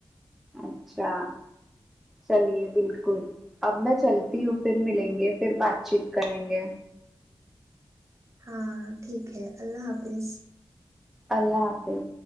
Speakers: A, in the centre; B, on the right.
A: اچھا چلیے بالکل اب میں چلتی ہوں پھر ملیں گے پھر بات چیت کریں گے
B: ہاں ٹھیک ہے اللہ حافظ
A: اللہ حافظ